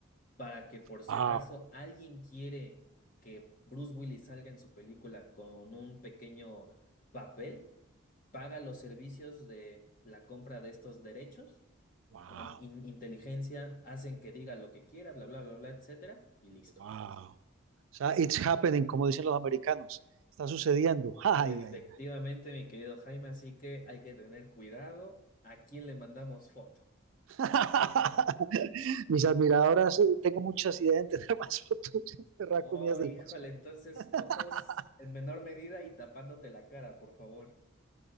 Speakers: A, on the left; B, on the right.
A: para que por si
B: Ah,
A: acaso alguien quiere que Bruce Willis salga en su película con un pequeño papel, paga los servicios de la compra de estos derechos,
B: Wow,
A: con in- inteligencia hacen que diga lo que quiera, bla, bla, bla, bla, etcétera, y listo.
B: wow. O sea, it's happening, como dicen los americanos. Está sucediendo. <laughs> Ay,
A: Efectivamente,
B: ay, ay.
A: mi querido Jaime, así que hay que tener cuidado a quién le mandamos foto.
B: <laughs> Mis admiradoras, eh, tengo muchas ideas de entender <laughs> más fotos de
A: Oh,
B: comidas del
A: híjole,
B: pasado.
A: entonces
B: <laughs>
A: fotos en menor medida y tapándote la cara, por favor.